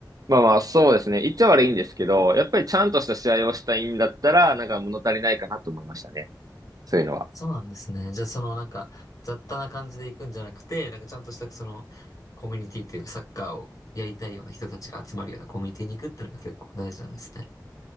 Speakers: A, on the right; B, on the left.
A: まあまあ、そうですね。言っちゃ悪いんですけど、やっぱりちゃんとした試合をしたいんだったら、なんか物足りないかなと思いましたね。そういうのは。
B: そうなんですね。じゃあ、そのなんか、雑多な感じで行くんじゃなくて、なんかちゃんとしたその、コミュニティっていうか、サッカーをやりたいような人たちが集まるようなコミュニティに行くっていうのが結構大事なんですね。